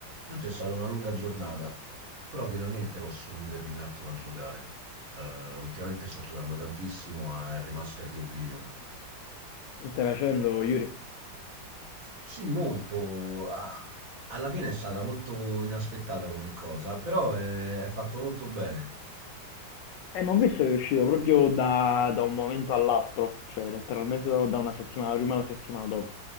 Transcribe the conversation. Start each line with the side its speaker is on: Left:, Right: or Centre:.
Right: Oggi è stata una lunga giornata, però finalmente posso chiudermi un attimo a giocare. Eh, ultimamente sto giocando tantissimo al remaster di Oblivion.
Left: Che stai facendo, Yuri?
Right: Sì, molto. a- alla fine è stata molto inaspettata come cosa, però è, è fatto molto bene.
Left: Eh, ma ho visto che è uscito proprio da, da un momento all'altro, cioè letteralmente da, da una settimana prima alla settimana dopo.